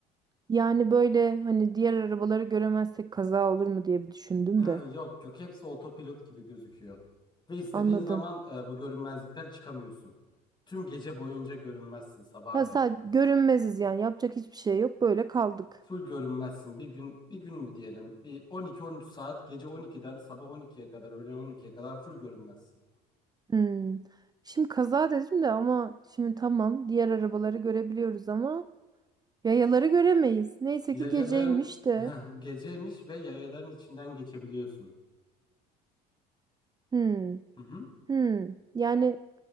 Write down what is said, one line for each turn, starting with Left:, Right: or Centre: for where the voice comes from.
Right: Yani böyle hani diğer arabaları göremezsek kaza olur mu diye bir düşündüm
Left: Hı,
Right: de.
Left: yok yok hepsi otopilot gibi gözüküyor. Ve istediğin
Right: Anladım.
Left: zaman e, bu görünmezlikten çıkamıyorsun. Tüm gece boyunca görünmezsin sabaha
Right: Ya
Left: kadar.
Right: sadece görünmeziz yani yapacak hiçbir şey yok böyle kaldık.
Left: Full görünmezsin. Bir gün bir gün mü diyelim? Bir 12-13 saat gece 12'den sabah 12'ye kadar öğlen 12'ye kadar full görünmezsin.
Right: Hı. Şimdi kaza dedim de ama şimdi tamam diğer arabaları görebiliyoruz ama Yayaları göremeyiz. Neyse
Left: Yayaların
Right: ki geceymiş de.
Left: <laughs> geceymiş ve yayaların içinden geçebiliyorsun.
Right: Hmm.
Left: Hı hı.
Right: Hmm. Yani